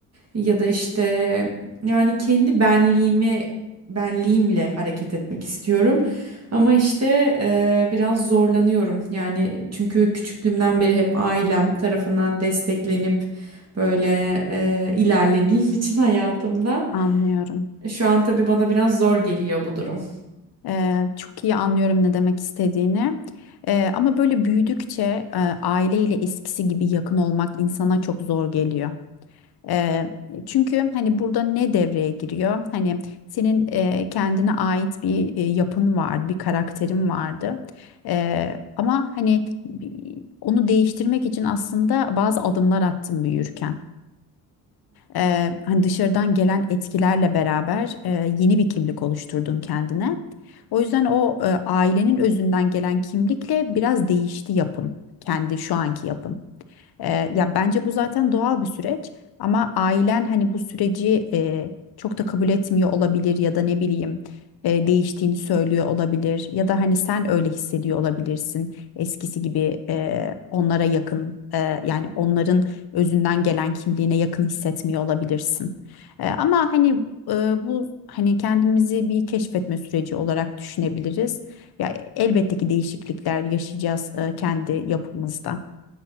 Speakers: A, on the right (about 40°); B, on the left (about 70°).
A: ya da işte yani kendi benliğime benliğimle hareket etmek istiyorum. Ama işte eee, biraz zorlanıyorum. Yani çünkü küçüklüğümden beri hep ailem tarafından desteklenip böyle eee, ilerlediğim <laughs> için hayatımda
B: Anlıyorum.
A: şu an tabii bana biraz zor geliyor bu durum.
B: Ee, çok iyi anlıyorum ne demek istediğini. Ee, ama böyle büyüdükçe e, aileyle eskisi gibi yakın olmak insana çok zor geliyor. Ee, çünkü hani burada ne devreye giriyor? Hani senin e, kendine ait bir e, yapın vardı, bir karakterin vardı. Ee, ama hani bi- onu değiştirmek için aslında bazı adımlar attım büyürken. e, hani dışarıdan gelen etkilerle beraber e, yeni bir kimlik oluşturdun kendine. O yüzden o e, ailenin özünden gelen kimlikle biraz değişti yapın. Kendi şu anki yapın. Eee, ya bence bu zaten doğal bir süreç ama ailen hani bu süreci eee, çok da kabul etmiyor olabilir ya da ne bileyim eee, değiştiğini söylüyor olabilir ya da hani sen öyle hissediyor olabilirsin eskisi gibi eee, onlara yakın eee, yani onların özünden gelen kimliğine yakın hissetmiyor olabilirsin. Eee, ama hani eee, bu hani kendimizi bir keşfetme süreci olarak düşünebiliriz. Ya elbette ki değişiklikler yaşayacağız eee, kendi yapımızda.